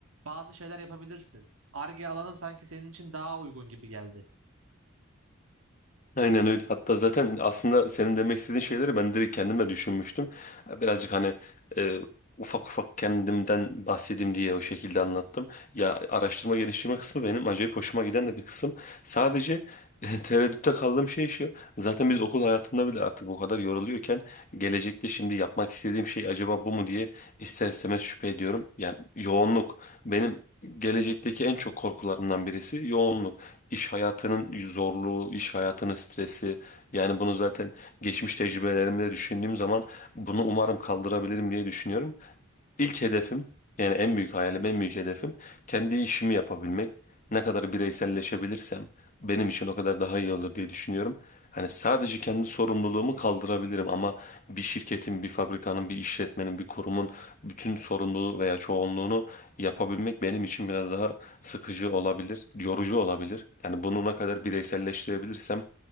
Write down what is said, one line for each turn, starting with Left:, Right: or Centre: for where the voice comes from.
Right: bazı şeyler yapabilirsin. Ar-Ge alanı sanki senin için daha uygun gibi geldi.
Left: Aynen öyle. Hatta zaten aslında senin demek istediğin şeyleri ben direkt kendime düşünmüştüm. Birazcık hani e, ufak ufak kendimden bahsedeyim diye o şekilde anlattım. Ya araştırma geliştirme kısmı benim acayip hoşuma giden de bir kısım. Sadece e, <laughs> tereddütte kaldığım şey şu. Zaten biz okul hayatında bile artık bu kadar yoruluyorken gelecekte şimdi yapmak istediğim şey acaba bu mu diye ister istemez şüphe ediyorum. Yani yoğunluk benim gelecekteki en çok korkularımdan birisi yoğunluk iş hayatının zorluğu, iş hayatının stresi yani bunu zaten geçmiş tecrübelerimde düşündüğüm zaman bunu umarım kaldırabilirim diye düşünüyorum. İlk hedefim yani en büyük hayalim, en büyük hedefim kendi işimi yapabilmek. Ne kadar bireyselleşebilirsem benim için o kadar daha iyi olur diye düşünüyorum. Hani sadece kendi sorumluluğumu kaldırabilirim ama bir şirketin, bir fabrikanın, bir işletmenin, bir kurumun bütün sorumluluğu veya çoğunluğunu yapabilmek benim için biraz daha sıkıcı olabilir, yorucu olabilir. Yani bunu ne kadar bireyselleştirebilirsem